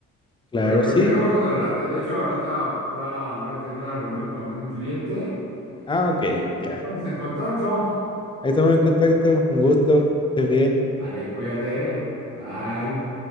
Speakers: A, on the left (about 15°); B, on the right (about 85°).
A: claro,
B: Pero pues
A: sí.
B: me dio gusto saludarte, de hecho, ahorita ya voy a tener una reunión con un cliente
A: Ah, ok,
B: y pues,
A: ya.
B: ahí estamos en contacto.
A: Ahí estamos en contacto, un gusto, Que estés bien.
B: Vale, cuídate, bye.